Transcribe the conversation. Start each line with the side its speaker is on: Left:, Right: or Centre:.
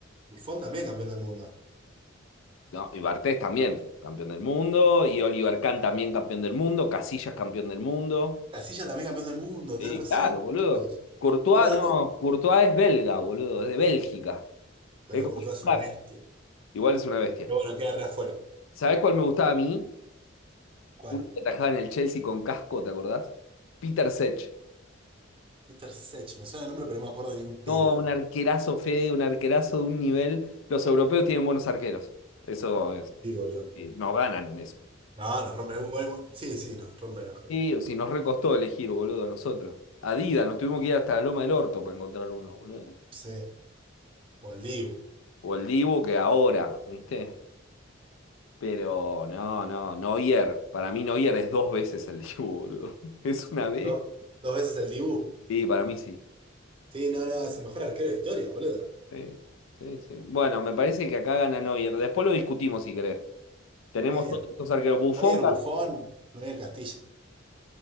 Right: Buffon también campeón del mundo.
Left: No, y Bartés también, campeón del mundo. Y Oliver Kahn también, campeón del mundo. Casillas, campeón del mundo.
Right: Casillas también campeón del mundo.
Left: Sí,
Right: Tenés razón.
Left: claro, boludo.
Right: Todos.
Left: Courtois
Right: Estamos hablando.
Left: no, Courtois es belga, boludo, es de Bélgica.
Right: Pero
Left: Es como
Right: Courtois
Left: el
Right: es una bestia.
Left: Igual es una bestia.
Right: Pero bueno, queda re afuera.
Left: ¿Sabés cuál me gustaba a mí?
Right: ¿Cuál?
Left: Uno que atajaba en el Chelsea con casco, ¿te acordás? Peter Sech.
Right: Peter Sech, me suena el nombre, pero no me acuerdo ni en pedo.
Left: No, un arquerazo, Fede, un arquerazo de un nivel. Los europeos tienen buenos arqueros. Eso es.
Right: Sí, boludo.
Left: sí, Nos ganan en eso.
Right: No, nos rompe. bueno, Sí, sí, nos rompe el ojete.
Left: Sí, o si nos recostó elegir, boludo, a nosotros. Adidas, nos tuvimos que ir hasta la Loma del Orto para encontrar uno, boludo.
Right: Sí. O el Dibu.
Left: O el Dibu que ahora, ¿viste? Pero no, no, Neuer. Para mí Neuer es dos veces el Dibu, boludo. <laughs> ¿Es una vez?
Right: ¿No? Dos veces el Dibu.
Left: Sí, para mí sí.
Right: Sí, no, no, es el mejor arquero de historia, boludo.
Left: Sí, sí, sí. Bueno, me parece que acá gana Neuer. Después lo discutimos si querés. Tenemos
Right: Neuer.
Left: todos estos arqueros. Buffon,
Right: Neuer
Left: Ca-
Right: Buffon, Neuer Castilla.